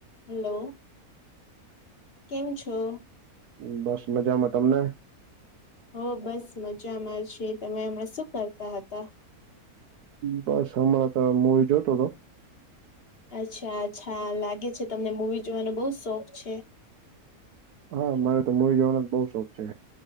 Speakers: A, on the left; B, on the right.
A: Hello કેમ છો.
B: હા બસ મજામાં તમને.
A: હો બસ મજામાં છે તમે હમણા શું કરતા હતા.
B: બસ હમણાં તો મુવી જોતો હતો.
A: અચ્છા અચ્છા લાગે છે તમને મૂવી જોવાનો બહુ શોખ છે.
B: હા મારે તો મૂવી જવાનો જ બઉ શોખ છે.